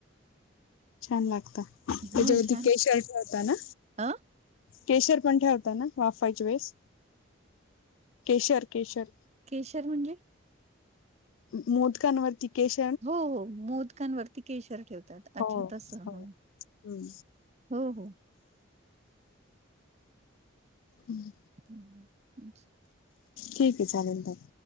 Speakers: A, on the left; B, on the right.
A: छान लागता त्याच्यावरती
B: मग हो छान
A: केशचा होता ना.
B: अ
A: केशर पण ठेवता ना वाफवायची वेळेस. केशर केशर.
B: केशर म्हणजे.
A: मोत करवररती. िकेश.
B: हो हो मोदकांवरती केशर ठेवतात. अच्छा
A: हो हो
B: तस ह
A: हम्म.
B: हो हो.
A: हम्म.
B: हम् ह्म्.
A: ठीक आहे चालेल तर.